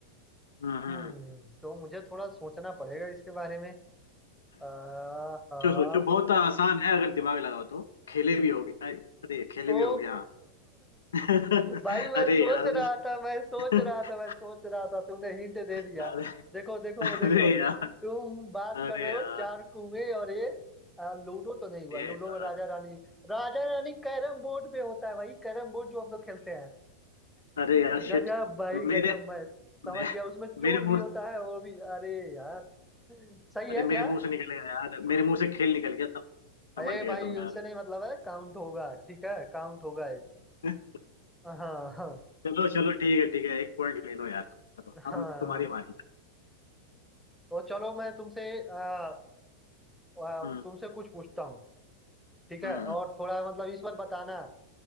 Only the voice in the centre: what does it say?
हम्म तो मुझे थोड़ा सोचना पड़ेगा इसके बारे में आ, हाँ
ओ
भाई मैं
सोच
रहा था मैं सोच रहा
था मैं सोच रहा था तुमने हिंट दे
दिया देखो देखो
देखो
तुम बात
कर रहे हो
चार कुएं और ये आ, लूडो तो नहीं हुआ
लूडो
में राजा रानी राजा रानी कैरम बोर्ड पे होता है भाई कैरम बोर्ड जो हम लोग खेलते हैं
गजब
भाई
गजब मैं समझ
गया उसमें चोर
भी
होता है और भी अरे यार सही
है
क्या
अरे
भाई
उससे
नहीं मतलब है काउंट होगा ठीक है काउंट होगा ये
हाँ हाँ हाँ
हाँ
तो चलो मैं तुमसे अ, अ,
तुमसे कुछ पूछता हूँ ठीक है
और
थोड़ा मतलब इस बार बताना